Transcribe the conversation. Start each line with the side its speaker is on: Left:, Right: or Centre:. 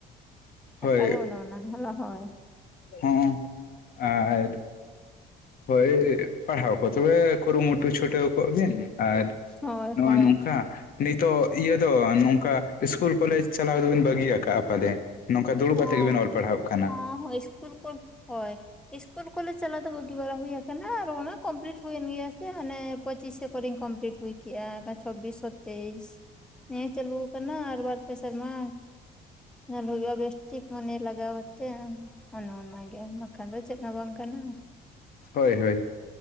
Centre: ᱠᱟᱛᱷᱟ
Left: ᱦᱳᱭ
Centre: ᱫᱚ ᱚᱱᱟ ᱚᱱᱟ ᱦᱚᱞᱚ ᱦᱳᱭ
Left: ᱦᱚᱸ ᱟᱨ ᱦᱳᱭ ᱯᱟᱲᱦᱟᱣ ᱠᱚ ᱛᱚᱵᱮ ᱠᱩᱨᱩᱢᱩᱴᱩ ᱪᱷᱩᱴᱟᱹᱣ ᱠᱚᱜ ᱵᱤᱱ ᱟᱨ
Centre: ᱦᱳᱭ
Left: ᱱᱚᱜᱼᱚᱭ
Centre: ᱦᱳᱭ
Left: ᱱᱚᱝᱠᱟ ᱱᱤᱛᱚᱜ ᱤᱭᱟᱹ ᱫᱚ ᱱᱚᱝᱠᱟ ᱤᱥᱠᱩᱞ ᱠᱚᱞᱮᱡᱽ ᱪᱟᱞᱟᱣ ᱫᱚ ᱵᱤᱱ ᱵᱟᱹᱜᱤᱭᱟ ᱟᱠᱟᱼᱟ ᱯᱟᱞᱮ ᱱᱚᱝᱠᱟ ᱫᱩᱲᱩᱵᱽ
Centre: ᱦᱚᱸ
Left: ᱟᱛᱮ ᱜᱮᱵᱮᱱ ᱚᱞ ᱯᱟᱲᱦᱟᱣᱚᱜ ᱠᱟᱱᱟ
Centre: ᱦᱚᱸ ᱦᱚᱭ ᱤᱥᱠᱩᱞ ᱠᱚ ᱦᱚᱭ ᱤᱥᱠᱩᱞ ᱠᱚᱞᱮᱡᱽ ᱪᱟᱞᱟᱣ ᱫᱚ ᱵᱟᱹᱜᱤ ᱵᱟᱲᱟ ᱦᱩᱭ ᱟᱠᱟᱱᱟ ᱟᱨ ᱚᱱᱟ ᱠᱚᱢᱯᱤᱞᱴ ᱦᱩᱭᱮᱱ ᱜᱮᱭᱟ ᱥᱮ ᱦᱟᱸᱱᱮ ᱯᱚᱸᱪᱤᱥᱮ ᱠᱚᱨᱤᱧ ᱠᱚᱢᱯᱤᱞᱴ ᱦᱩᱭ ᱠᱮᱫᱼᱟ ᱪᱷᱟᱵᱤᱥᱥᱚ ᱛᱮᱭᱤᱥ ᱱᱮᱭ ᱪᱟᱹᱞᱩ ᱠᱟᱱᱟ ᱟᱨ ᱵᱟᱨ ᱯᱮ ᱥᱮᱨᱢᱟ ᱧᱮᱞ ᱦᱩᱭᱩᱜᱼᱟ ᱵᱮᱥ ᱴᱷᱤᱠ ᱢᱚᱱᱮ ᱞᱟᱜᱟᱣ ᱠᱟᱛᱮᱫ ᱚᱱᱟ ᱚᱱᱟᱜᱮ ᱵᱟᱠᱷᱟᱱ ᱫᱚ ᱪᱮᱫ ᱦᱚᱸ ᱵᱟᱝ ᱠᱟᱱᱟ
Left: ᱦᱳᱭ ᱦᱳᱭ